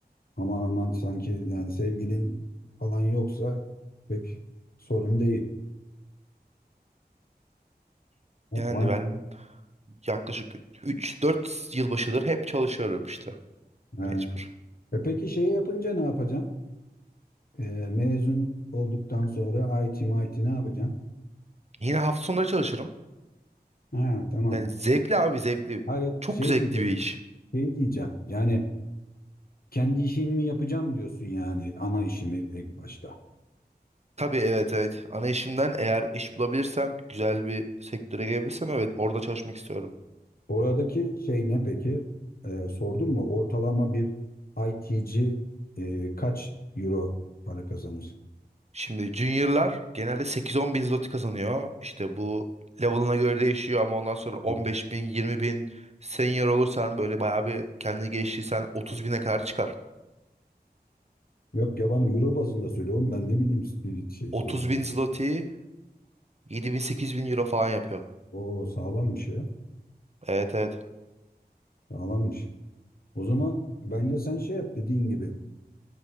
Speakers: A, on the left; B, on the right.
A: aman aman sanki yani sevgilin falan yoksa pek sorun değil. Vay,
B: Yani ben yaklaşık 3-4 yılbaşıdır hep çalışıyorum işte.
A: he.
B: Mecbur.
A: E peki şey yapınca ne yapacaksın? E, mezun olduktan sonra IT MIT ne yapacaksın?
B: Yine hafta sonları çalışırım.
A: Ha tamam.
B: Yani zevkli abi zevkli.
A: Hayır
B: Çok
A: şey
B: zevkli
A: diyeceğim.
B: bir iş.
A: Şey diyeceğim. Yani Kendi işini mi yapacağım diyorsun yani ana işimi ilk başta.
B: Tabii evet evet. Ana işimden eğer iş bulabilirsem, güzel bir sektöre gelebilirsem evet orada çalışmak istiyorum.
A: Oradaki şey ne peki? Ee, sordun mu? Ortalama bir IT'ci e, kaç euro para kazanır?
B: Şimdi juniorlar genelde sekiz on bin zloty kazanıyor. İşte bu level'ına göre değişiyor ama ondan sonra on
A: Evet.
B: beş bin, yirmi bin senior olursan böyle bayağı bir kendini geliştirirsen 30 bine kadar çıkar.
A: Yok ya bana euro bazında söylüyorum. Ben ne bileyim spirit şey
B: 30
A: zotin.
B: bin zloty yedi bin, sekiz bin euro falan yapıyor.
A: O sağlammış ya.
B: Evet evet.
A: Sağlammış. O zaman bence sen şey yap dediğin gibi.